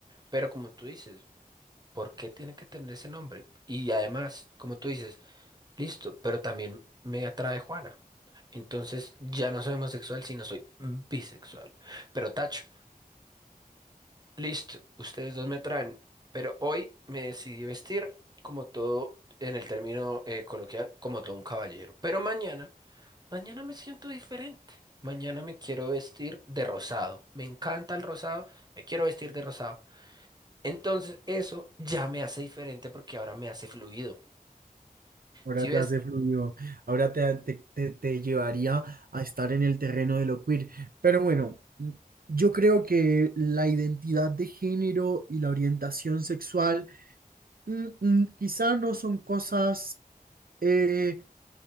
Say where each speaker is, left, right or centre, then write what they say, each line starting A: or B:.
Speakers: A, on the right; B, on the right.
A: Pero como tú dices, ¿Por qué tiene que tener ese nombre? Y además, como tú dices, listo, pero también me atrae Juana. Entonces ya no soy homosexual, sino soy bisexual. Pero tacho, listo, ustedes dos me atraen. Pero hoy me decidí vestir como todo, en el término eh, coloquial, como todo un caballero. Pero mañana, mañana me siento diferente. Mañana me quiero vestir de rosado. Me encanta el rosado, me quiero vestir de rosado. Entonces eso ya me hace diferente porque ahora me hace fluido.
B: Ahora
A: Si ves,
B: te hace fluido, ahora te, te, te- te llevaría a estar en el terreno de lo queer. Pero bueno, mm, yo creo que la identidad de género y la orientación sexual mm, mm, quizá no son cosas, eh,